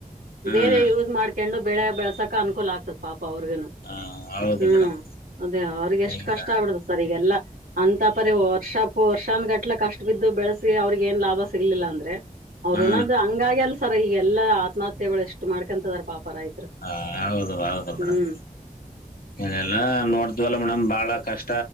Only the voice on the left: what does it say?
ಹ್ಮ್
ಹಾ ಹೌದು
ಮೇಡಮ್
ಈಗ
ಹಾ
ಹಾ ಹೌದು ಹೌದು ಮೇಡಮ್
ಇದೆಲ್ಲ ನೋಡತವಲ್ಲ ಮೇಡಮ್ ಬಾಳ ಕಷ್ಟ